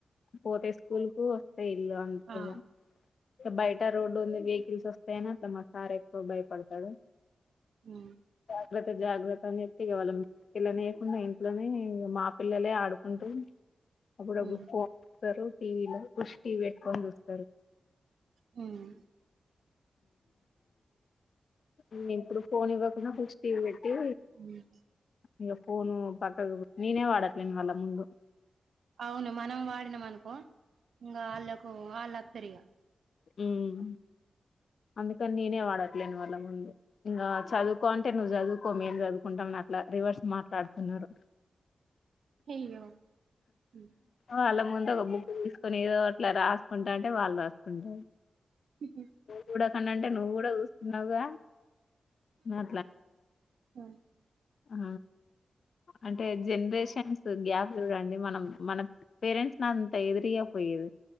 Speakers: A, on the left; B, on the right.
A: పోతే స్కూల్ కు వస్తేయి ఇల్లు అంతేగా
B: ఆ
A: ఇగా బయట రోడ్డు ఉంది వెహికల్స్ వస్తాయనా అట్లా మ సార్ ఎక్కువ భయపడతాడు
B: అ
A: జాగ్రత్త జాగ్రత్త అని చెప్తే ఇవాళం ఇిల లేయకుండా ఇంట్లోనే మా పిల్లలే ఆడుకు ఉంటు అప్పుడుప్పుడు
B: ఉమ్
A: ఫోన్ చూస్తారు టీవీలో వష్టి పెట్టుకొని చూస్తారు
B: మ్మ్
A: మ్ ఇప్పుడు ఫోన్ ఇవ్వకున్న ఖుషి టీవి పెట్ ట్టి
B: ఉమ్
A: ఇగ ఫోను పక్కకు నేనే వాడట్లేను వాళ్ళ ముందు
B: అవును మనం వాడినాం అనుకో ఇంగ వాళ్ళకు వాళ్ళు అత్తరిగా
A: మ్ అందుకని నేనే వాడట్లేని వాళ్ళ ముందు ఇంగ చదువుకో అంటే నువ్వు చదువుకో మేము చదువుకుంటాం మట్లా రివర్స్ మాట్లాడ్ తున్నూరు
B: అయ్యో హ్మ్.
A: వాళ్ళ ముందు ఒక బుక్ తీస్ కొని ఏదో అట్ల రాసుకుంటంటే వాళ్ళు రాసుకుంటారు
B: హ్మ్.
A: ఫోన్ ఆనంటే నువ్వు కూడా చూస్తున్నావుగా అట్లా
B: ఆ!
A: ఆ అంటే జనరేషన్స్ గ్యాప్ చూడండి మనం మన పేరెంట్స్ ని అంత ఎదురియపోయేది